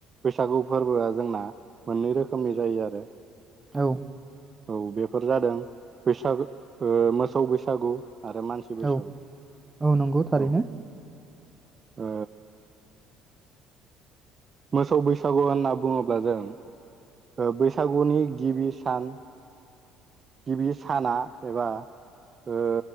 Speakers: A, on the right; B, on the right.
A: बैसागु फोरबोआ जोंना मोन्नै रोखोमनि जायो आरो।
B: औ।
A: औ बेफोर जादों बैसाग मोसौ बैसागु आरो मानसि बैसागु।
B: औ औ नंगौ थारैनो।
A: औ ओ मोसौ बैसागु होनना बुङोब्ला जों ओ बैसागुनि गिबि सान गिबि साना एबा ओ